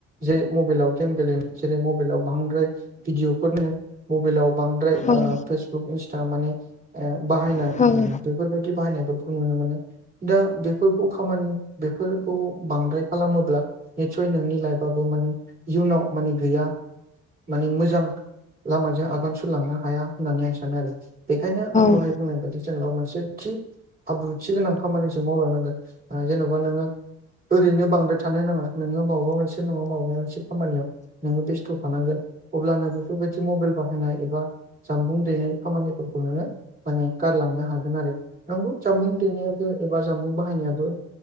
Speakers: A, on the right; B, on the left.
A: जे मबाइलाव गेम गेलेनो जेरै मबाइलाव बांद्राय भिडिअफोरनो मबाइलाव बांद्राय ओ
B: औ औ
A: फेसबुक, इन्सटा माने ओ बाहायनाय
B: औ
A: बेफोरबायदि बाहायनायफोरखौ नुनो मोनो। दा बेफोरखौ खामानि फोरखौ बांद्राय खालामोब्ला। निसय नोंनि लाइफाबो माने इयुनाव माने गैया माने मोजां लामाजों आगान सुरलांनो हाया होननानै आं सानो आरो बेखायनो आं दहाय
B: औ
A: बुंनाय बादि जेनेबा मोनसे थि आब्रुथि गोनां खामानिजों मावलांनांगोन ओ जेन'बा नोङो ओरैनो बांद्राय थानो नाङा नोङो मबेबा मोनसे नङा मबेबा मोनसे खामानियाव नोङो बेस्थ' थानांगोन अब्लानो बेफोरबायदि मबेल बाहायनाय एबा जानबुं दैनाय खामानिफोरखौ नोङो माने गारलांनो हा गोन आरो नंगौ जामबुं देनायाबो एबा जामबुं बाहायनायाबो